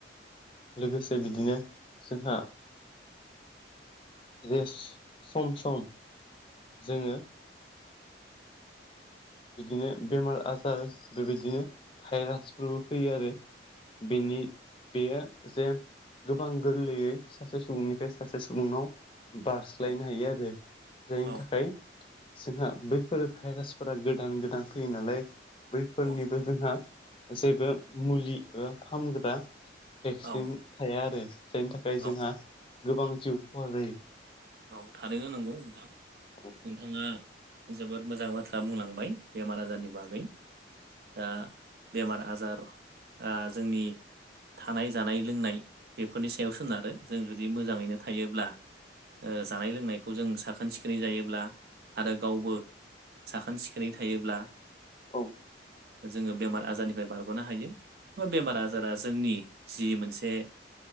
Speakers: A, on the left; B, on the right.
A: लोगोसे बिदिनो जोंहा जे सम सम जोङो बिदिनो बेमार आजार बेबायदिनो भाइरासफोरबो फैयो आरो बेनि
B: औ
A: बेयो जे गोबां गोरलैयै सासे सुबुंनिफ्राय सासे सुबुंनाव बारस्लायनो
B: औ
A: हायो आरो जायनि
B: औ
A: थाखाय जोंहा बैफोर भाइरासफोरा गोदान गोदान फैयो नालाय बैफोरनिबो
B: औ
A: जोंहा जेबो मुलि एबा फाहामग्रा भेक्सिन
B: औ
A: थाया आरो जायनि थाखाय
B: औ
A: जोंहा गोबां जिउ खहा जायो
B: औ थारैनो नंगौ मोजां
A: औ
B: नोंथाङा जोबोर मोजां बाथ्रा बुंलांबाय बेमार आजार आजारनि बागै दा बेमार आजार जोंनि थानाय जानाय लोंनाय बेफोरनि सायाव सोनारो जों जुदि मोजाङैनो थायोब्ला जानाय लोंनायखौ जों साखोन सिखोन जायोब्ला आरो गावबो साखोन सिखोनै थायोब्ला
A: औ
B: जोङो बेमार आजारनिफ्राय बारग'नो हायो बेमार आजारा जोंनि जि मोनसे